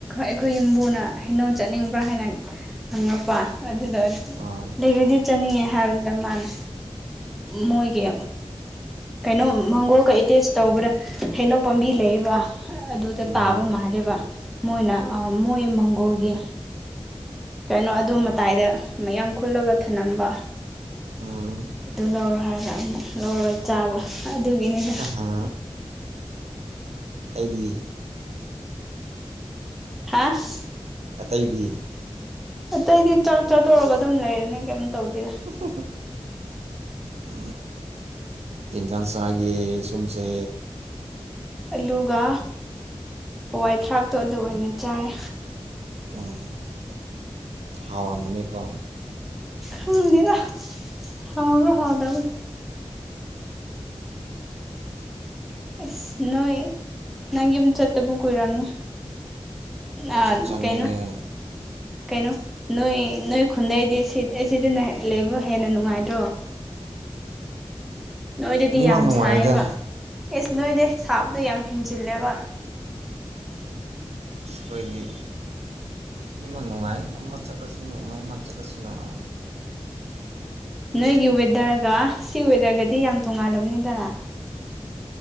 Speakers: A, in the centre; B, on the right.
A: ꯑꯩꯈꯣꯏ ꯌꯨꯝꯕꯨꯅ ꯍꯩꯅꯣ ꯆꯠꯅꯤꯡꯕ꯭ꯔꯥ ꯍꯥꯏꯅ ꯍꯪꯉꯛꯄ ꯑꯗꯨꯗ
B: ꯑꯥ
A: ꯂꯩꯕꯗꯤ ꯆꯠꯅꯤꯡꯉꯦ ꯍꯥꯏꯕꯗꯨꯗ ꯃꯥꯅꯦ ꯃꯣꯏꯒꯤ ꯀꯩꯅꯣ ꯃꯪꯒꯣꯜꯒ ꯑꯦꯇꯦꯁ ꯇꯧꯕ꯭ꯔꯥ ꯍꯩꯅꯣ ꯄꯥꯝꯕꯤ ꯂꯩꯕ ꯑꯗꯨꯗ
B: ꯎꯝ
A: ꯇꯥꯕ ꯃꯥꯜꯂꯦꯕ ꯃꯣꯏꯅ ꯃꯣꯏ ꯃꯪꯒꯣꯜꯒꯤ ꯀꯩꯅꯣ ꯑꯗꯨ ꯃꯇꯥꯏꯗ ꯃꯌꯥꯝ ꯈꯨꯜꯂꯒ ꯊꯂꯝꯝꯕ
B: ꯎꯝ
A: ꯑꯗꯨ ꯂꯧꯔꯣ ꯍꯥꯏꯔꯒ ꯑꯃꯨꯛ ꯂꯧꯔꯣꯏ ꯆꯥꯕ ꯑꯗꯨꯒꯤꯅꯤꯗ
B: ꯑꯍꯥ ꯍꯥꯏꯗꯤ
A: ꯍꯥꯁ
B: ꯑꯇꯩꯗꯤ
A: ꯑꯇꯩꯗꯤ ꯆ ꯆꯥꯠꯇꯣꯔꯒ ꯑꯗꯨꯝ ꯂꯩꯔꯅꯤ ꯀꯩꯝ ꯇꯧꯗꯦꯔꯥ
B: <unintelligible> ꯎ ꯌꯦꯤꯟꯖꯥꯡꯁꯥꯏꯒꯤ ꯁꯨꯝꯁꯦ
A: ꯑꯂꯨꯒ ꯍꯋꯥꯏ ꯊꯔꯥꯛꯇꯣ ꯑꯗꯨ ꯑꯣꯏꯅ ꯆꯥꯔꯦ
B: ꯑꯗꯨꯝ ꯍꯥꯎꯔꯝꯃꯅꯤꯀꯣ
A: ꯍꯗꯤꯗ ꯍꯥꯎꯕ ꯍꯥꯎꯗꯕ ꯑꯁ ꯅꯣꯏ ꯅꯪ ꯌꯨꯝ ꯆꯠꯇꯕ ꯀꯨꯏꯔꯝꯉꯦ
B: ꯑꯩꯁꯨ
A: ꯑ
B: ꯆꯥꯅꯤꯡꯉꯦ
A: ꯀꯩꯅꯅ ꯀꯩꯅꯣ ꯅꯣꯏ ꯅꯣꯏ ꯈꯨꯟꯗꯩꯗꯤ ꯁꯤꯠ ꯑꯩ ꯁꯤꯗꯅ ꯂꯩꯕ ꯍꯦꯟꯅ ꯅꯨꯡꯉꯥꯏꯇ꯭ꯔꯣ ꯅꯣꯏꯗꯗꯤ
B: ꯑꯅꯤꯃꯛ
A: ꯌꯥꯝ
B: ꯅꯨꯡꯉꯥꯏꯗ
A: ꯁꯥꯏꯌꯦꯕ ꯑꯦꯁ ꯅꯣꯏꯗ ꯁꯥꯕꯗꯣ ꯌꯥꯝ ꯍꯦꯟꯖꯤꯜꯂꯦꯕ
B: ꯀꯣꯏꯗꯤ ꯃꯤ ꯃꯅꯨꯉꯥꯏ ꯑꯃ ꯆꯠꯂꯣ ꯁꯤꯟꯨ ꯃ ꯃꯥꯃ ꯆꯠꯂꯣ ꯁꯤꯟꯨꯥꯏ
A: ꯅꯣꯏꯒꯤ ꯋꯦꯗꯔꯒ ꯁꯤ ꯋꯦꯗꯔꯒꯗꯤ ꯌꯥꯝ ꯇꯣꯡꯉꯥꯜꯂꯝꯅꯤꯗꯅ